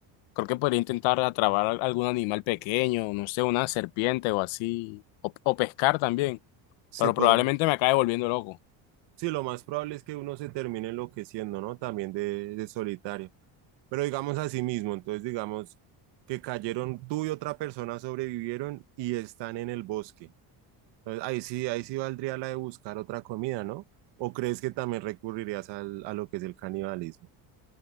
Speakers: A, on the left; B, on the right.
A: creo que podría intentar atrapar al- algún animal pequeño, no sé, una serpiente o así, o, o pescar también,
B: sí,
A: pero
B: podría.
A: probablemente me acabe volviendo loco.
B: Sí, lo más probable es que uno se termine enloqueciendo, ¿no? También de de solitario. Pero digamos así mismo, entonces digamos que cayeron tú y otra persona sobrevivieron y están en el bosque. Entonces ahí sí, ahí sí valdría la de buscar otra comida, ¿no? ¿O crees que también recurrirías al- a lo que es el canibalismo?